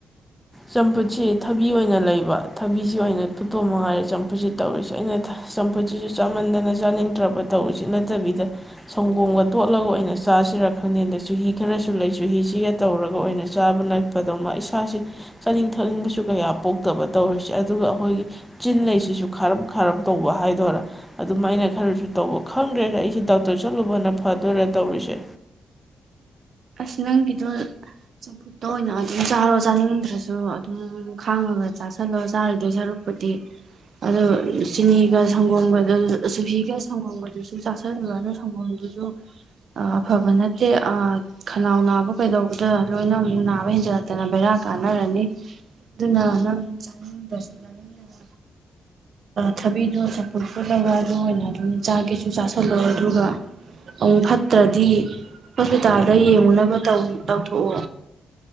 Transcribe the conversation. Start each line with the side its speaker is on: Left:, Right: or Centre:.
Centre: ꯆꯝꯐꯨꯠꯁꯤ ꯊꯕꯤ ꯑꯣꯏꯅ ꯂꯩꯕ ꯊꯕꯤꯁꯤ ꯑꯣꯏꯅ ꯐꯨꯠꯇꯣꯝꯃ ꯍꯥꯏꯥꯏꯔꯦ ꯆꯝꯐꯨꯠꯁꯤ ꯇꯧꯔꯤꯁꯦ ꯑꯩꯅ ꯆꯝꯐꯨꯠꯁꯤꯁꯨ ꯆꯥꯃꯟꯗꯅ ꯆꯥꯅꯤꯡꯗ꯭ꯔꯕ ꯇꯧꯔꯤꯁꯤ ꯅꯠꯇꯕꯤꯗ ꯁꯪꯒꯣꯝꯒ ꯇꯣꯠꯂꯒ ꯑꯣꯏꯅ ꯆꯥꯁꯤꯔꯛ ꯈꯅꯤꯗ ꯆꯨꯍꯤ ꯈꯔꯁꯨ ꯂꯩ ꯆꯨꯍꯤꯁꯤꯒ ꯇꯧꯔꯒ ꯑꯣꯏꯅ ꯆꯥꯕ ꯂꯠꯄꯗꯧ ꯃꯥ ꯏꯁꯥꯥꯁꯦ ꯆꯥꯅꯤꯡ ꯊꯛꯅꯤꯡꯕꯁꯨ ꯀꯌꯥ ꯄꯣꯛꯇꯕ ꯇꯧꯔꯤꯁꯦ ꯑꯗꯨꯒ ꯑꯩꯈꯣꯏꯒꯤ ꯆꯤꯟ ꯂꯩꯁꯤꯁꯨ ꯈꯥꯔꯞ ꯈꯥꯔꯞ ꯇꯧꯕ ꯍꯥꯏꯗꯣꯏꯔꯥ ꯑꯗꯨꯃꯥꯏꯅ ꯈꯔꯁꯨ ꯇꯧꯕ ꯈꯪꯗ꯭ꯔꯦꯅ ꯑꯩꯁꯦ ꯗꯣꯛꯇꯔ ꯆꯠꯂꯨꯕꯅ ꯐꯗꯣꯏꯔꯥ ꯇꯧꯔꯤꯁꯦ
Right: ꯑꯁ ꯅꯪꯒꯤꯗꯣ ꯆꯝꯐꯨꯠꯇ ꯑꯣꯏꯅ ꯑꯗꯨꯝ ꯆꯥꯔꯣ ꯆꯥꯅꯤꯡꯗ꯭ꯔꯁꯨ ꯑꯗꯨꯝ ꯈꯥꯡꯉꯒ ꯆꯥꯥꯁꯜꯂꯣ ꯆꯥꯔꯗꯣꯏ ꯁꯔꯨꯛꯄꯨꯗꯤ ꯑꯗꯣ ꯆꯤꯅꯤꯒ ꯁꯪꯒꯣꯝꯒꯗ ꯆꯨꯍꯤꯒ ꯁꯪꯒꯣꯝꯒꯗꯨꯁꯨ ꯆꯥꯥꯁꯜꯂꯣ ꯑꯗꯨ ꯁꯪꯒꯣꯝꯗꯨꯁꯨ ꯑꯐꯕ ꯅꯠꯇꯦ ꯈꯂꯎ ꯅꯥꯕ ꯀꯩꯗꯧꯕꯗ ꯂꯣꯏꯅꯃꯛꯨ ꯅꯥꯕ ꯍꯦꯟꯖꯜꯂꯛꯇꯅ ꯕꯦꯔꯥ ꯀꯥꯟꯅꯔꯅꯤ ꯑꯗꯨꯅ ꯅꯪ ꯆꯥꯅꯤꯡꯗ꯭ꯔꯁꯨ ꯆꯥꯅꯤꯡꯉꯗꯅ ꯊꯕꯤꯗꯣ ꯆꯝꯐꯨꯠ ꯐꯨꯠꯅꯕ ꯑꯗꯨ ꯑꯣꯏꯅ ꯑꯗꯨꯝ ꯆꯥꯒꯦꯁꯨ ꯆꯥꯥꯁꯜꯂꯣ ꯑꯗꯨꯒ ꯑꯃꯨꯛ ꯐꯠꯇ꯭ꯔꯗꯤ ꯍꯣꯁꯄꯤꯇꯥꯜꯗ ꯌꯦꯡꯉꯨꯅꯕ ꯇꯧꯊꯣꯛꯑꯣ